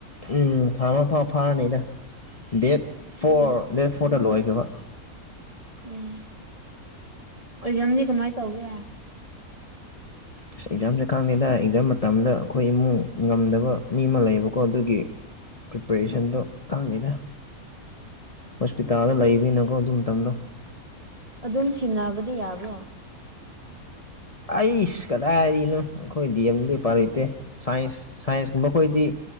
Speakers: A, on the left (about 30°); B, on the right (about 30°).
A: ꯎꯝ ꯊꯥꯕ ꯐꯥꯎ ꯐꯥꯔꯅꯤꯗ ꯗꯦꯠ ꯐꯣꯔ
B: ꯎꯝ
A: ꯗꯦꯠ ꯐꯣꯔꯗ ꯂꯣꯏꯈꯤꯕ
B: ꯎꯝ ꯑꯦꯛꯖꯝꯗꯤ ꯀꯃꯥꯏ ꯇꯧꯒꯦ
A: ꯑꯁ ꯑꯦꯛꯖꯥꯝꯁꯦ ꯈꯪꯗ‌ꯩꯗ ꯑꯦꯛꯖꯥꯝ ꯃꯇꯝꯗ ꯑꯩꯈꯣꯏ ꯏꯃꯨꯡ ꯉꯝꯗꯕ ꯃꯤ ꯑꯃ ꯂꯩꯕꯀꯣ ꯑꯗꯨꯒꯤ ꯄ꯭ꯔꯤꯄꯦꯔꯦꯁꯟꯗꯣ ꯈꯪꯗꯦꯗ ꯍꯣꯁꯄꯤꯇꯥꯜꯗ ꯂꯩꯕꯅꯤꯅ ꯀꯣ ꯑꯗꯨ ꯃꯇꯝꯗ‌ꯣ
B: ꯑꯗꯨꯝ ꯁꯤꯟꯅꯕꯗꯤ ꯌꯥꯕ꯭ꯔꯣ
A: ꯑꯩꯁ ꯀꯗꯥꯢꯗꯩꯅ‌ꯣ ꯑꯈꯣꯏ ꯗꯤ ꯑꯦꯝꯗꯤ ꯎꯄꯥꯢ ꯂꯩꯇꯦ ꯁꯥꯏꯟꯁ ꯁꯥꯏꯟꯁ ꯀꯨꯝꯕ ꯈꯣꯏꯗꯤ